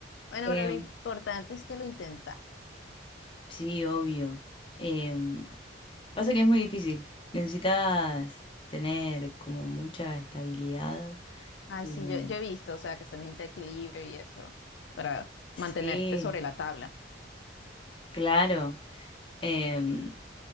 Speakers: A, on the left (about 80°); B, on the left (about 30°).
A: Bueno,
B: Em,
A: pero lo importante es que lo intentaste.
B: sí, obvio. Em, pasa que es muy difícil. Necesitas tener como mucha estabilidad.
A: Ay,
B: Em,
A: sí, yo, yo he visto, o sea, que se necesita equilibrio y eso para
B: sí,
A: mantenerte sobre la tabla.
B: claro. Em,